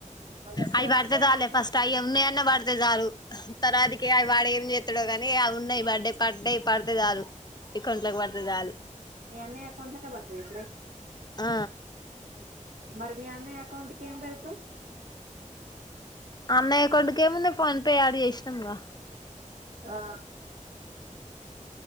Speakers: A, on the right; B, on the left.
A: అదే సెవెంత్
B: అయి పడితే చాలే
A: ఫోర్టీన్
B: ఫస్ట్ అయి ఉన్నవన్నీ పడ్ పడితే చాలు తర్వతికి అవి వాడ్ ఏం చేస్తాడో కానీ అవి ఉన్నాయి బర్డే పడితే చాలు. అకౌంట్లోకి పడితే చాలు
A: మీ అన్నయ్య అకౌంట్ లోకే పడతాయ్
B: ఆ
A: మరి మీ అన్న అకౌంట్ కి ఎమ్ పెడతవ్
B: అన్నయ్య అకౌంట్ కి ఏముంది ఫోన్ పే యాడ్ చేసినాంగా.
A: ఆ